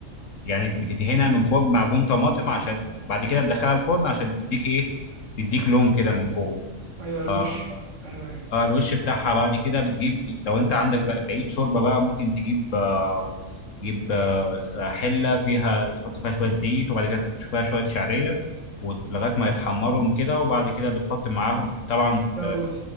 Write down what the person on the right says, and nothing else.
ايوه الوش
ايوه ايوه
ده الرز